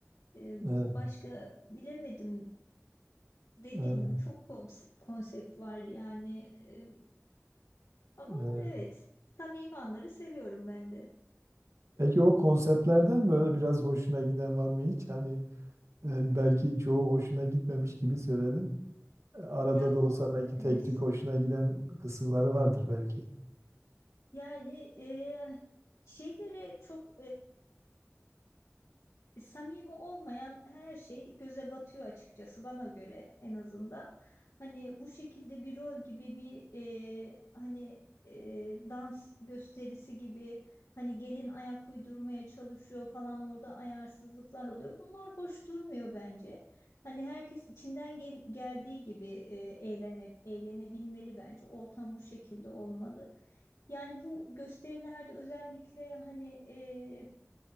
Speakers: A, on the left; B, on the right.
A: E,
B: Evet,
A: başka bilemedim. Dediğim
B: evet,
A: gibi çok komse- konsept var yani. E, ama
B: evet.
A: evet, samimi anları seviyorum ben de.
B: Peki o konseptlerden böyle biraz hoşuna giden var mı hiç? Hani e, belki çoğu hoşuna gitmemiş gibi söyledin. Arada
A: Ya
B: da
A: bu
B: olsa belki tek
A: e,
B: tük hoşuna giden kısımları vardır belki.
A: yani e, şeylere çok E, samimi olmayan her şey göze batıyor açıkçası bana göre en azından. Hani bu şekilde bir rol gibi bir e, hani e, dans gösterisi gibi hani gelin ayak uydurmaya çalışıyor falan orada ayarsızlıklar oluyor. Bunlar hoş durmuyor bence. Hani herkes içinden gel- geldiği gibi e, eğlene eğlenebilmeli bence. Ortam bu şekilde olmalı. Yani bu gösterilerde özellikle hani e,